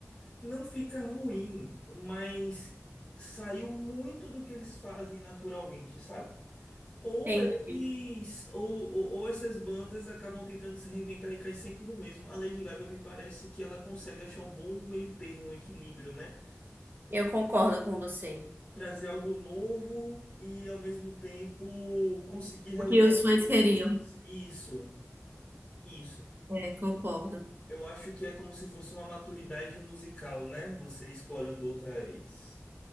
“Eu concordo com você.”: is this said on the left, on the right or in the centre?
Right